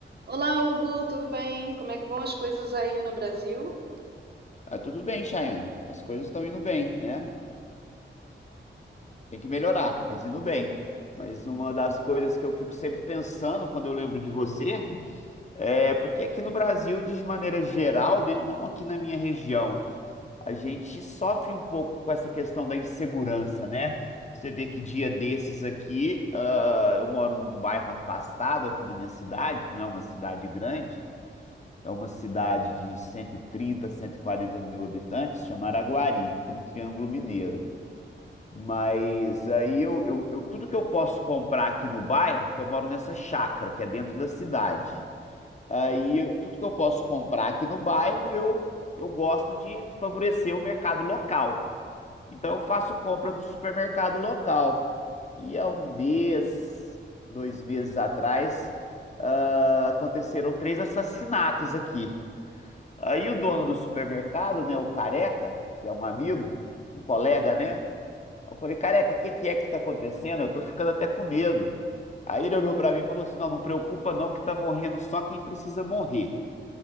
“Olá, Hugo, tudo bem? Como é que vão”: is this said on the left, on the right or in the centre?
Right